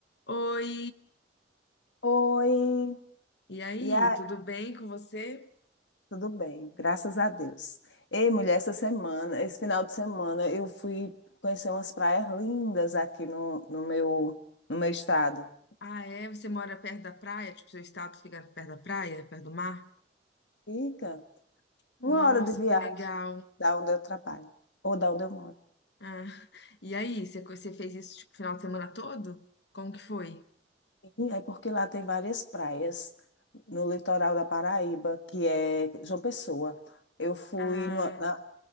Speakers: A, on the left; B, on the left.
A: Oi,
B: Oi,
A: e aí,
B: e aí,
A: tudo bem com você?
B: tudo bem, graças a Deus. Ei, mulher, essa semana, esse final de semana, eu fui conhecer umas praias lindas aqui no, no meu, no meu estado.
A: Ah, é? Você mora perto da praia? Tipo, seu estado fica perto da praia, perto do mar?
B: Fica
A: Nossa,
B: uma hora de viagem
A: que legal.
B: da onde eu trabalho, ou da onde eu moro.
A: Ah, e aí, você, co- você fez isso tipo final de semana todo? Como que foi?
B: E é porque lá tem várias praias no litoral da Paraíba, que é João Pessoa. Eu fui
A: Ah,
B: no- na-